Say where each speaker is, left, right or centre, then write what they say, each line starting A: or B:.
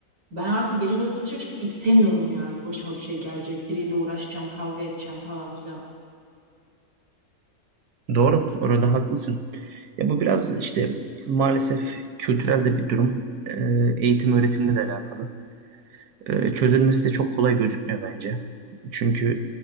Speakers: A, on the right; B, on the right.
A: ben artık gece dörtte dışarı çıkmak istemiyorum yani. Başıma bir şey gelecek. Biriyle uğraşacağım, kavga edeceğim falan filan.
B: Doğru, orada haklısın. Ya bu biraz işte maalesef kültürel de bir durum. Ee, eğitim öğretimle de alakalı. Ee, çözülmesi de çok kolay gözükmüyor bence. Çünkü